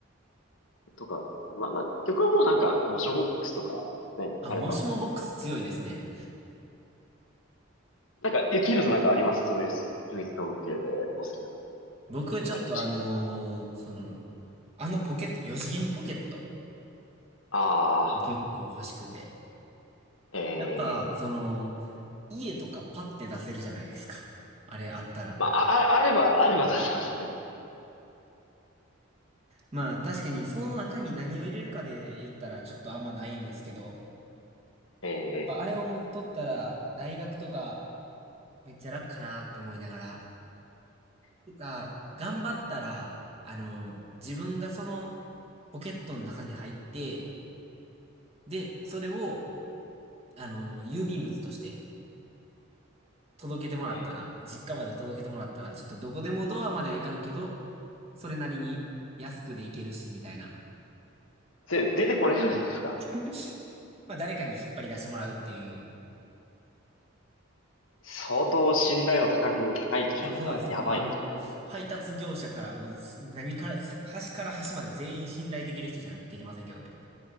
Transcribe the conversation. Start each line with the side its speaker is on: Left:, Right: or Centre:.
Left: とか、まあ、まあ、曲はもうなんか、モーションボックスとか、ね、
Right: あ、
Left: あれば。
Right: もしもボックス強いですね。
Left: なんか、ゆきひろさんなんかありますそういう秘密統計でお好きな、こ
Right: 僕、
Left: ういうの欲しい。
Right: ちょっとあのーその、あのポケット、4次元ポケット、
Left: あ
Right: 結構欲しくて。
Left: あ、
Right: やっぱ、その、
Left: ええ
Right: 家とかパッて出せるじゃないですか。あれあったら。
Left: まあ、あ、ああれば、あれば出せますね。
Right: まあ、確かにその中に何を入れるかで言ったらちょっとあんまないんですけど、
Left: ええ
Right: やっぱあれを持っとったら、大学とか、めっちゃ楽かなって思いながら。てか、頑張ったら、あの、自分がその、ポケットの中に入って、で、それを、あの、郵便物として、届けてもらったら、
Left: ええ
Right: 実家まで届けてもらったら、ちょっとどこでもドアまではいかんけど、それなりに安くでいけるし、みたいな。
Left: それ出てこれるんですか
Right: <laughs> まあ、誰かに引っ張り出してもらうっていう
Left: 相当信頼度高く、高い人じゃなんか、
Right: そ <laughs> そうですね。
Left: やばいですね。
Right: もうあの、配達業者から、もうす何から、さ端から端まで全員信頼できる人じゃないとできませんけどね。